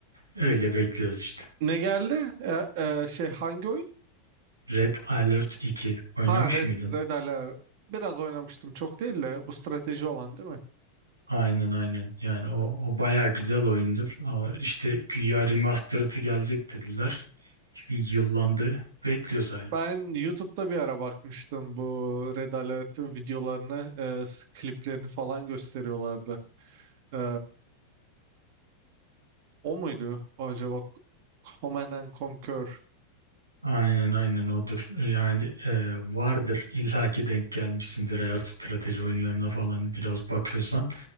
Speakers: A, on the right; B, on the right.
A: <laughs> Öyle bekliyoruz işte.
B: Ne geldi? Ee, e, şey hangi oyun?
A: Red Alert 2 oynamış
B: Ha Red,
A: mıydın?
B: Red Alert. Biraz oynamıştım çok değil de bu strateji olan değil mi?
A: Aynen aynen. Yani o, o bayağı güzel oyundur. Ama işte güya remastered'ı gelecek dediler. Çünkü yıllandı. Bekliyoruz hala.
B: Ben YouTube'da bir ara bakmıştım bu Red Alert'in videolarını, e, s- kliplerini falan gösteriyorlardı. Ee, o muydu acaba? Command and Conquer.
A: Aynen aynen odur. Yani e, vardır illaki denk gelmişsindir eğer strateji oyunlarına falan biraz bakıyorsan.